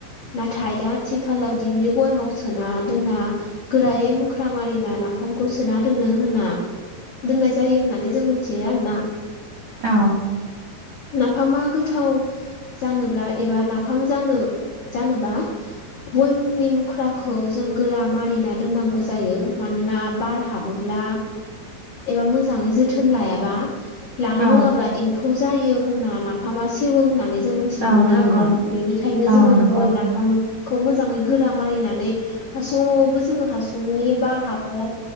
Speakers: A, on the left; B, on the right.
A: नाथाय दा आथिखालाव दिंग्रि बयमाव सोना दोनना गोरायै मुख्रा मारि नाना नाफामखौ सोना दोनो होनना दोननाय जायो होननानै जों मोनथियो आरो ना
B: औ
A: नाफामा गोथाव जानोब्ला एबा नाफाम जानो जानोबा बयमनि मुख्राखौ जों गोरा मारिना दोननांगौ जायो मानोना बार हाबोब ब्ला एबा मोजाङै जोथोन लायाबा लानो
B: औ
A: रोङाब्ला एम्फौ जायो होनना नाफामा सेवो‌ होननानै जों मोन्थिना
B: औ
A: मोनो
B: नंगौ।
A: आरोना बेनिखायनो
B: औ
A: जोङो
B: नंगौ
A: बयम नाफाम खौ मोजाङै गोरा मारिनानै हासुङावबाबो जोङो हासुंनि बार हाबबोला